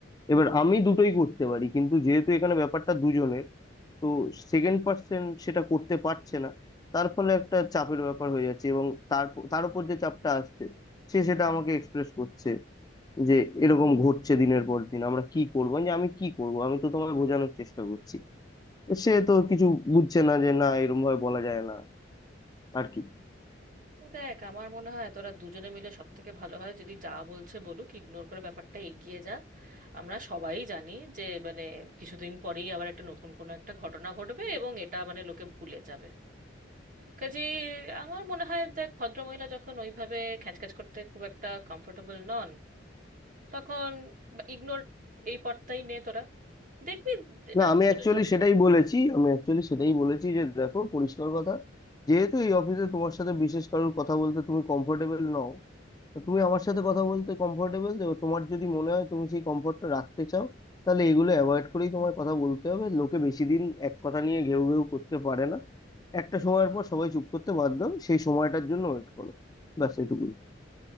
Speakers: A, on the left (about 20°); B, on the right (about 45°).
A: এবার আমি দুটোই করতে পারি কিন্তু যেহেতু এখানে ব্যাপারটা দুজনের তো সেকেন্ড পার্সন সেটা করতে পারছে না তার ফলে একটা চাপের ব্যাপার হয়ে যাচ্ছে এবং তার তার উপর যে চাপটা আসছে সে সেটা আমাকে এক্সপ্রেস করছে যে এরকম ঘটছে দিনের পর দিন আমরা কি করবো আমি যে আমি কি করবো আমি তো তোমায় বোঝানোর চেষ্টা করছি সে তো কিছু বুঝছে না যে না এরকম ভাবে বলা যায় না আর কি
B: দেখ আমার মনে হয় তোরা দুজনে মিলে সব থেকে ভালো হয় যদি যা বলছে বলুক ইগনোর করে ব্যাপারটা এগিয়ে যা আমরা সবাই জানি যে মানে কিছুদিন পরেই আবার একটা নতুন কোনো একটা ঘটনা ঘটবে এবং এটা মানে লোকে ভুলে যাবে কাজে আমার মনে হয় দেখ ভদ্রমহিলা যখন ওইভাবে খ্যাচখ্যাচ করতে খুব একটা কমফোর্টেবল নন তখন ইগনোর এই পর্দাই নে তোরা দেখবি এটাও
A: না আমি
B: চলে
A: অ্যাকচুয়ালি
B: যাবে
A: সেটাই বলেছি আমি অ্যাকচুয়ালি সেটাই বলেছি যে দেখো পরিষ্কার কথা যেহেতু এই অফিসে তোমার সাথে বিশেষ কারোর কথা বলতে তুমি কমফোর্টেবল নও তো তুমি আমার সাথে কথা বলতে কমফোর্টেবল তোমার যদি মনে হয় তুমি সেই কমফোর্টটা রাখতে চাও তাহলে এগুলো অ্যাভয়েড করেই তোমার কথা বলতে হবে লোকে বেশি দিন এক কথা নিয়ে ঘেউ ঘেউ করতে পারে না একটা সময়ের পর সবাই চুপ করতে বাধ্য হবে সেই সময়টার জন্য ওয়েট করো ব্যাস এটুকুই